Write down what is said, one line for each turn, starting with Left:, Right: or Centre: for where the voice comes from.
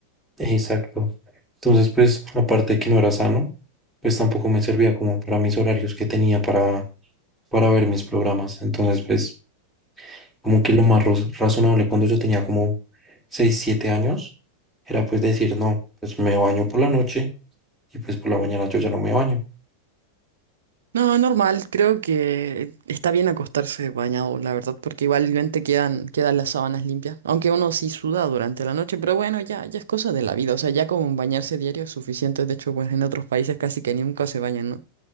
Centre: Exacto. Entonces, pues, aparte de que no era sano, pues tampoco me servía como para mis horarios que tenía para, para ver mis programas. Entonces, pues, como que lo más raz- razonable cuando yo tenía como 6 7 años, era pues decir, no, pues me baño por la noche y pues por la mañana yo ya no me baño.
Right: No, normal, creo que está bien acostarse bañado, la verdad, porque igualmente quedan, quedan las sábanas limpias, aunque uno sí suda durante la noche, pero bueno, ya, ya es cosa de la vida, o sea, ya como bañarse diario es suficiente, de hecho, pues en otros países casi que nunca se bañan, ¿no?